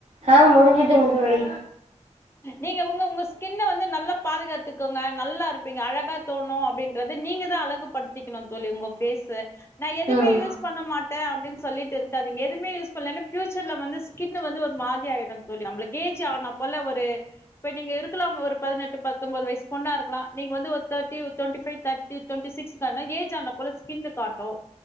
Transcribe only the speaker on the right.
ஆ முடிஞ்சுட்டுங்க தோழி
ம்